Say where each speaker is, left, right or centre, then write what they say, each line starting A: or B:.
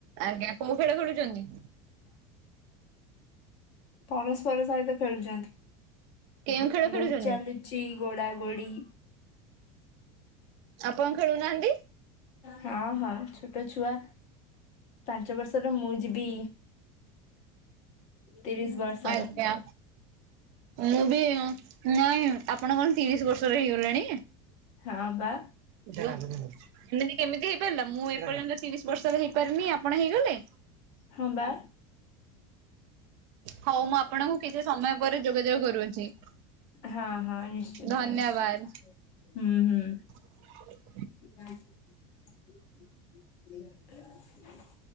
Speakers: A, on the right; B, on the left.
A: ଆଜ୍ଞା କୋଉ ଖେଳ ଖେଳୁଚନ୍ତି?
B: ପରସ୍ପର ସହିତ ଖେଳୁଛନ୍ତି
A: କେଉଁ ଖେଳ ଖେଳୁଛନ୍ତି
B: ଲୁଚାଲୁଚ୍। ଛି ଗୋଡ଼ା ଗୋଡ଼ି।
A: ଆପଣ ଖେଳୁନାହାନ୍ତି।
B: ହଁ ହଁ ଛୋଟ ଛୁଆ ପାଞ୍ଚ ବର୍ଷର ମୁଁ ଯିବି। ତିରିଶ ବର୍ଷର
A: ଆଜ୍ଞା ମୁଁ ବି ନାଇଁ ଆପଣ କଣ ତିରିଶ ବର୍ଷର ହେଇଗଲାଣି?
B: ହଁ ପା।
A: ଏମିତି କେମିତି ହେଇପାରିଲା ମୁଁ ଏପର୍ଯ୍ୟନ୍ତ ତିରିଶ ବର୍ଷରେ ହେଇପାରିନି ଆପଣ ହେଇଗଲେ?
B: ହଁ ପା।
A: ହଉ ମୁଁ ଆପଣଙ୍କୁ କିଛି ସମୟ ପରେ ଯୋଗାଯୋଗ କରୁଅଛି।
B: ହଁ ହଁ ନିଶ୍ଚିନ୍ତ
A: ଧନ୍ୟବାଦ।
B: ନିଶ୍ଚିନ୍ତ ହୁଁ ହୁଁ।
A: <inaudible>
B: <inaudible>